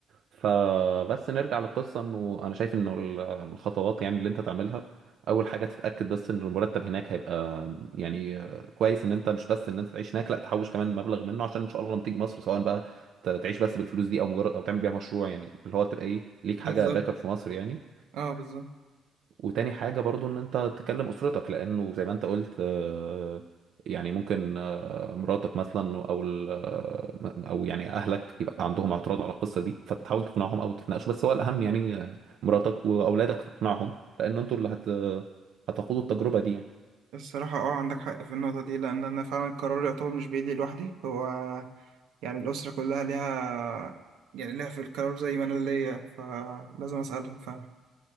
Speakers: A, on the right; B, on the right.
A: فبس نرجع للقصه انه انا شايف انه ال- الخطوات يعني اللي انت تعملها اول حاجه تتاكد بس ان المرتب هناك هيبقى يعني كويس ان انت مش بس ان انت تعيش هناك لا تحوش كمان مبلغ منه عشان ان شاء الله لما تيجي مصر سواء بقى ت- تعيش بس بالفلوس دي او مجرد او تعمل بيها مشروع يعني اللي هو تبقى ايه ليك
B: بالظبط
A: حاجه باك اب في مصر يعني
B: اه بالظبط
A: وتاني حاجة برضو ان انت تكلم اسرتك لانه زي ما انت قلت آه، يعني ممكن آه، مراتك مثلا او ال- آه، او يعني اهلك يبقى عندهم اعتراض على القصة دي فتحاول تقنعهم او تتناقشوا بس هو الاهم يعني آه، مراتك واولادك تقنعهم لان انتوا اللي هت هتخوضوا التجربة دي يعني
B: الصراحة اه عندك حق في النقطة دي لأن أنا فعلا القرار يعتبر مش بإيدي لوحدي هو يعني الأسرة كلها ليها يعني ليها في القرار زي ما أنا ليا فلازم أسألهم فعلا